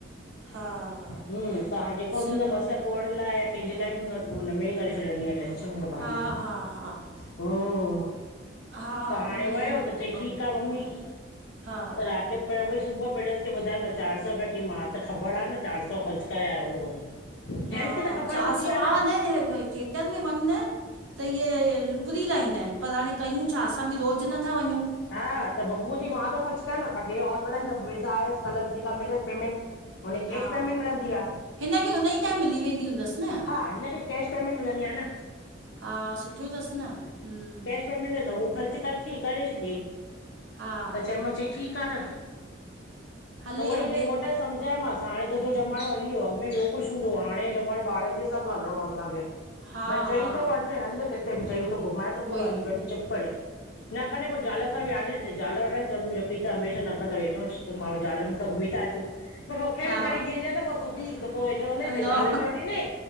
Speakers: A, on the right; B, on the left.
A: हा हा
B: हम्म--त हाण जेको
A: चलो
B: बि हूंदो आ बसर पोअण लाइ या कंहिंजे लाइ बि हूंदो आहे त पो हुन में ई करे छॾंदी आहियां। टेशन में भाॼी,
A: हा हा हा
B: हम्म
A: हा
B: त
A: उहो
B: हाणे
A: ई
B: वियो
A: बाक़ी
B: त चई
A: ॿ
B: ठीकु
A: मिंट
B: आ मम्मी
A: हा हा
B: रात त पहिरे उहोई सुबुह पिड़सि खे ॿुधाये पियो चार सौ रुपया चईं मां त ख़बर आ न चार सौ ख़र्च करे आयो हूंदो।
A: हा
B: जेंट्स खे त ख़बर
A: चार
B: हूंदी
A: सौ
B: आहे
A: हा न थेएटर में वञ न त इअ लुपरी लाहींदा आहिंन, पर हाणे कयूं छा असां बि रोज़ नथा वञूं।
B: हा त बबूअ चईं मां तो ख़र्चु कयां न कॾहिं ऑनलाइन त पैसा आयसि, कल्ह जेका मिलियसि पेमेंट हुनखे कैश
A: हा
B: पेमेंट मिलंदी आ,
A: हिनखे हुन ई टाइम मिली वेंदी हूंदसि न
B: हा हिन खे कैश पेमेंट मिलंदी आ न,
A: हा सुठो तसि न हं
B: मिले त हू ख़र्च ख़र्ची करे छॾियईं
A: हा
B: त चयमांसि चईं ठीक आ न,
A: हले
B: त ऊहोइ हिनजे
A: हले
B: गोट समझायोमांसि हाणे तुंहिंजो ज़मानो हली वियो अॻिमें ॿियो कुछु हूंदो हो हाणे ज़मानो ॿारन जे हिसाब सां हलणो आ असांखे।
A: हा
B: भई चई
A: हा
B: तो वञ हल किथे बि चई तो घुमाए तो
A: उहो
B: अचां हल
A: ई
B: वञ चुप करे न कंदे पो ज़ाल सां बि आारडे छॾी ज़ाल वठंदे चवंद तुहिंजो पीअ त हमेशा न कंदो वेठो हुज, त माणू ज़ाल मुुडस घुमी ता अचो। पो तोखे
A: हा
B: बि खणी गीलजें त पो तूं बि त पो वेठो हूंदे
A: अलाह
B: पेंजी जाल बि वठीदें,